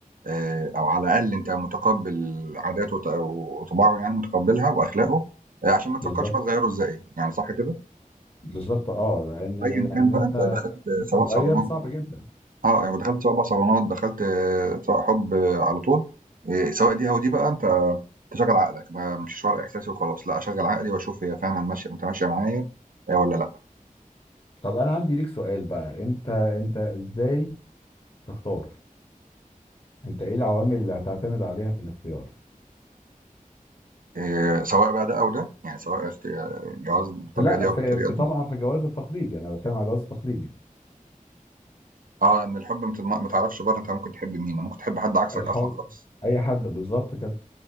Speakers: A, on the right; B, on the left.
A: آه، او على الاقل انت متقبل عاداته وط- وطباعه يعني متقبلها واخلاقه آه، عشان ما تفكرش
B: بالظبط
A: بقى تغيره ازاي يعني صح كده
B: بالظبط اه لان
A: وايا
B: لان
A: كان بقى
B: انت
A: انت دخلت
B: إن انت
A: سواء
B: تغير
A: صالونات
B: صعب جدا
A: آه، يعني ودخلت سواء بقى صالونات، دخلت آه، سواء حُب آه، على طول، آآ سواء دي أو دي بقى أنت تشغّل عقلك، ما أمشيش ورا إحساسي وخلاص، لأ أشغّل عقلي وأشوف هي فعلًا ماشية متماشية معايا آآ والّا لأ،
B: طب انا عندي ليك سؤال بقى انت انت ازاي تختار انت ايه العوامل اللي هتعتمد عليها في الاختيار
A: آآ سواء بقى ده أو ده، يعني سواء اخت آه، الجواز بالطريقة
B: في لا
A: دي
B: في,
A: أو بالطريقة
B: في طبعا
A: دي،
B: في الجواز التقليدي انا بتكلم على الجواز التقليدي
A: آه، لإن الحُب ما تضم ما تعرفش برّه أنت ممكن تحب مين، ممكن تحب حد عكسك
B: الحب
A: أصلًا خالص.
B: اي حد بالظبط كده